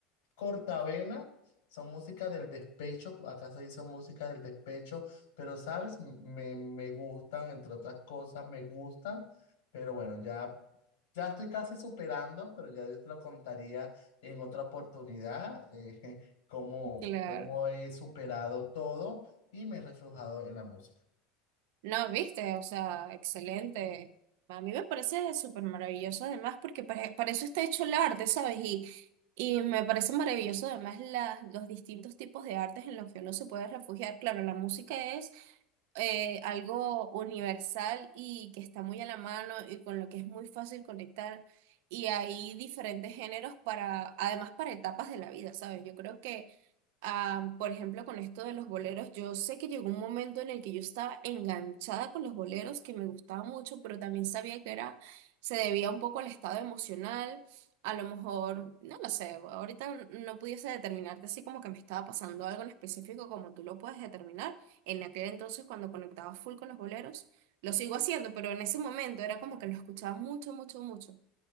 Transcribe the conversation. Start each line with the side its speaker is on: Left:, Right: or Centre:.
Left: cortavena, son música del despecho, acá se dice música del despecho, pero sabes, me, me gustan, entre otras cosas, me gustan, pero bueno, ya ya estoy casi superando, pero ya yo te lo contaría en otra oportunidad, eh, <laughs> cómo,
Right: claro.
Left: cómo he superado todo y me he reflejado en la música.
Right: No, viste, o sea, excelente. A mí me parece súper maravilloso además porque pa- para eso está hecho el arte, ¿sabes? Y, y me parece maravilloso además las, los distintos tipos de artes en los que uno se puede refugiar. Claro, la música es eh, algo universal y que está muy a la mano y con lo que es muy fácil conectar. Y hay diferentes géneros para, además para etapas de la vida, ¿sabes? Yo creo que Ah, por ejemplo, con esto de los boleros, yo sé que llegó un momento en el que yo estaba enganchada con los boleros, que me gustaba mucho, pero también sabía que era, se debía un poco al estado emocional. A lo mejor, no lo sé, ahorita no pudiese determinarte así como que me estaba pasando algo en específico como tú lo puedes determinar. En aquel entonces cuando conectaba full con los boleros, lo sigo haciendo, pero en ese momento era como que lo escuchaba mucho, mucho, mucho.